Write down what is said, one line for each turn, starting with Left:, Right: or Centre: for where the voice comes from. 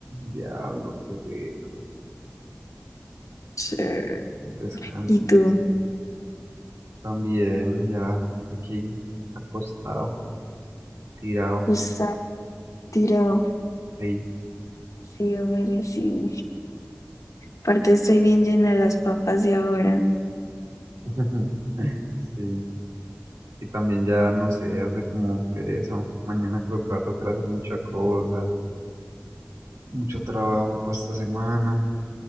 Right: Diablo, qué rico.
Left: chévere.
Right: Descansi.
Left: ¿Y tú?
Right: También, ya aquí, acostado, tirado,
Left: Acostada, tirado.
Right: ahí.
Left: Merecido, merecido. Aparte, estoy bien llena de las papas de ahora.
Right: <laughs> Sí. Y también ya, no sé, hace como pereza. Mañana creo que va a tocar hacer mucha cosa. Mucho trabajo para esta semana.